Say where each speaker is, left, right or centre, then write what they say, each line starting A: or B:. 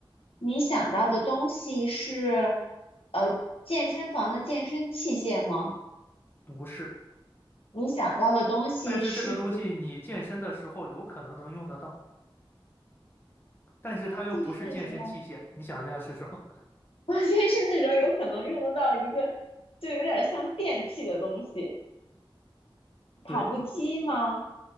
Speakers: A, on the left; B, on the left.
A: 你想到的东西是，呃，健身房的健身器械吗？
B: 不是，
A: 你想到的东西是，
B: 但是这个东西你健身的时候有可能能用得到，但是它又不是健身器械，
A: 哎，健身的时候。
B: 你想一下是什么？<laughs>
A: <laughs> 我健身的时候有可能用得到一个，就有点像电器的东西，跑步机吗？
B: 对，